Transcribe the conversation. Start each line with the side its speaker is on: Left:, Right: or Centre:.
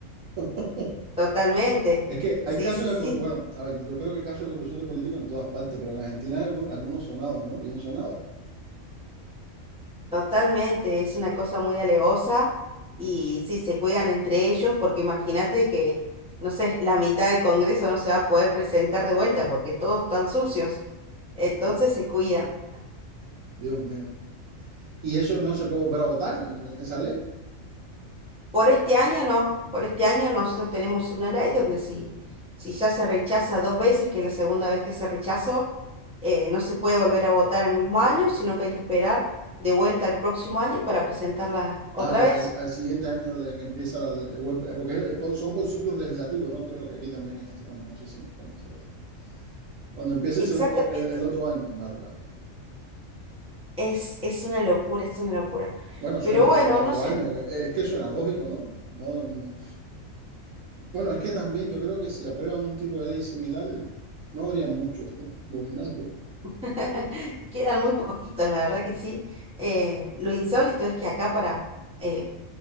Right: <laughs>
Centre: Totalmente.
Right: Es que hay
Centre: Sí,
Right: casos
Centre: sí,
Right: de
Centre: sí.
Right: corrupción, bueno, a ver, yo creo que hay casos de corrupción de políticos en todas partes, pero en Argentina hay algún- algunos sonados, ¿no? Bien sonados.
Centre: Totalmente. Es una cosa muy alevosa y sí, se cuidan entre ellos porque imagínate que, no sé, la mitad del Congreso no se va a poder presentar de vuelta porque todos están sucios. Entonces
Right: Yo-
Centre: se cuidan.
Right: Dios mío. ¿Y eso no se puede volver a votar, esa ley?
Centre: Por este año no, por este año nosotros tenemos una ley donde si, si ya se rechaza dos veces, que la segunda vez que se rechazó, eh, no se puede volver a votar en el mismo año, sino que hay que esperar de vuelta al próximo año para presentarla otra
Right: Ah, Al,
Centre: vez.
Right: al- al siguiente año le- que empieza la... eh, Porque es por- son por ciclos legislativos, ¿no? Creo que aquí también es así. Bueno, no sé si en España será así. Cuando empiece
Centre: Exactamente,
Right: el, segundo, el, el otro año. Vale, vale.
Centre: es, es una locura, es una locura.
Right: Bueno, suerte
Centre: Pero bueno,
Right: para el otro
Centre: no sé,
Right: año. Es que suena lógico, ¿no? No, no- Bueno, es que también yo creo que si aprueban un tipo de ley similar, no habría muchos <laughs> gobernando.
Centre: <laughs> quedan muy poquitos, la verdad que sí. Eh, lo insólito es que acá para eh,